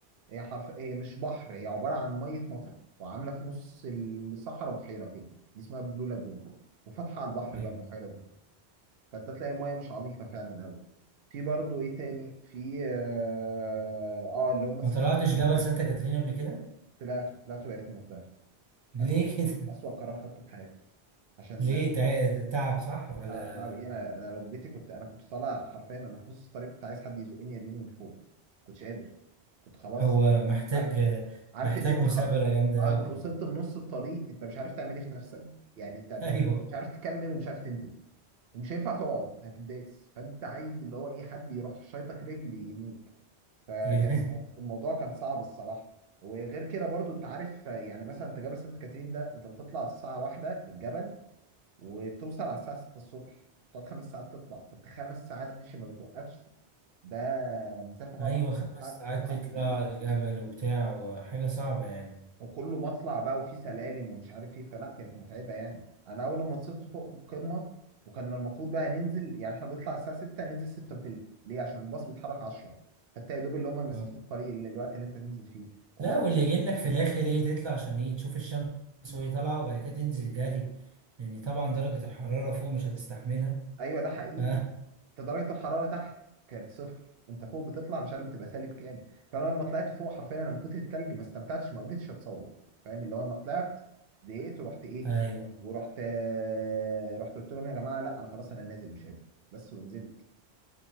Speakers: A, on the right (about 65°); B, on the right (about 35°).
A: هي حرف هي مش بحر هي عباره عن ميه مطر وعامله في نص الصحراء بحيره كده دي اسمها البلو لاجون وفاتحه على البحر
B: ايوه
A: بقى البحيره دي فانت تلاقي الميه مش عميقه فعلا قوي في برضو ايه تاني في اه, آه اللي هم الثري
B: ما طلعتش جبل سانتا كاترين قبل كده
A: طلعتوا طلعتوا يا ريتني ما طلعت
B: ليه
A: أسوأ
B: كده
A: أسوأ قرار خدته في حياتي
B: <laughs>
A: عشان
B: ليه تع- تعب صح ولا
A: تع- تعب إيه أنا أنا ركبتي كنت أنا كنت طالع حرفيا أنا في نص الطريق كنت عايز حد يزقني يرميني من فوق كنتش قادر كنت خلاص
B: هو محتاج
A: عارف عارف
B: محتاج
A: اللي أنت
B: مثابره
A: خ... آه
B: جامده قوي
A: أنت وصلت لنص الطريق أنت مش عارف تعمل إيه في نفسك يعني أنت م-
B: <laughs> ايوه
A: مش عارف تكمل ومش عارف تنزل ومش هينفع تقعد هتداس فأنت عايز اللي هو إيه حد يروح شايطك رجل ينيك فكان
B: <laughs>
A: الموضوع كان صعب الصراحة وغير كده برضو انت عارف يعني مثلا انت جبل سانت كاترين ده انت بتطلع الساعة واحدة الجبل وتوصل على الساعة 6 الصبح تقعد خمس ساعات تطلع فانت خمس ساعات ماشي ما بتوقفش ده مسافة طبعا
B: ايوه خمس
A: تعب
B: ساعات
A: تعب
B: تطلع
A: كبير
B: الجبل وبتاع وحاجه صعبه يعني
A: وكله مطلع بقى وفي سلالم ومش عارف ايه فلا كانت متعبة يعني انا اول لما وصلت فوق في القمة وكان المفروض بقى ننزل يعني احنا بنطلع الساعة 6 ننزل 6 وتلت ليه عشان الباص بيتحرك 10 فانت يا دوب اللي هم مسافة
B: آه.
A: الطريق اللي الوقت اللي انت تنزل فيه والله
B: لا واللي يجنك في الاخر ايه تطلع عشان ايه تشوف الشمس وهي طالعه وبعد كده تنزل جري لان طبعا درجه الحراره فوق مش هتستحملها
A: ايوه ده حقيقي
B: ف...
A: انت درجه الحراره تحت كانت صفر انت فوق بتطلع مش عارف بتبقى سالب كام فانا لما طلعت فوق حرفيا انا من كتر التلج ما استمتعتش ما قدرتش اتصور فاهم اللي هو انا طلعت زهقت ورحت ايه
B: <laughs> ايوه
A: ورحت آه، رحت قلت لهم يا جماعه لا انا خلاص انا نازل مش قادر بس ونزلت